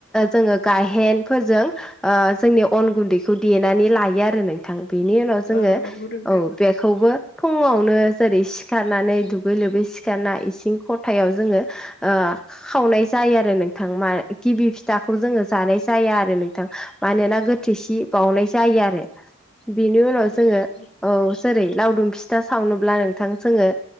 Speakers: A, in the centre; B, on the left.
A: जोङो गायेनफोरजों जोंनि अन गुन्दैखौ देनानै लायो आरो नोंथां बेनि उनाव जोङो
B: औ नंगौ नोंथां
A: औ बे खौबो थङावनो जेरै सिखारनानै दुगै लोबै सिखारना इसिं ख हथायाव जोङो खावनाय जायो आरो नोंथां मा गिबि फिथाखौ जोङो जानाय जाया आरो नोंथां मानोना गो थोसि बावउनाय जायो आरो बेनि उनाव
B: नंगौ
A: जोङो
B: नंगौ
A: औ जेरै लावदुम फिथा सावनोब्ला नोंथां जोङो